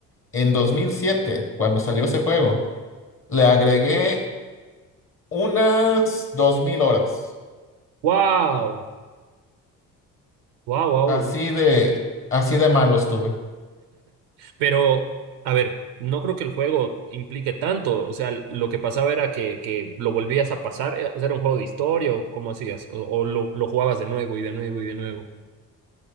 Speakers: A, on the left (about 30°); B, on the right (about 70°).
A: en 2007, cuando salió ese juego, le agregué unas 2000 horas.
B: Wow, wow, wow,
A: Así de, así de malo estuve.
B: Pero, a ver, no creo que el juego implique tanto. O sea, lo que pasaba era que, que lo volvías a pasar. eh, O sea, era un juego de historia o cómo hacías. O, o lo, lo jugabas de nuevo y de nuevo y de nuevo.